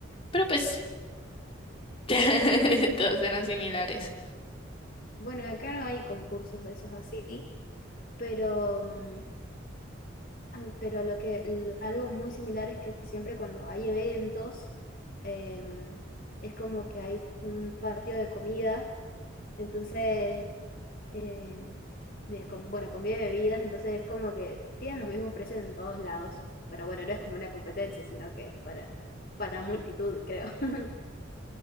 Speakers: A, on the left; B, on the left.
A: pero pues, eh, <laughs> todos eran similares.
B: Bueno, acá no hay concursos de esos así, pero, mm, ah, pero lo que, l- algo muy similar es que siempre cuando hay eventos, em, es como que hay un patio de comida. Entonces, eh, de, con bueno, comida y bebidas, entonces es como que tienen los mismos precios en todos lados, pero bueno, no es como una competencia, sino que es para, para multitud, creo. <laughs>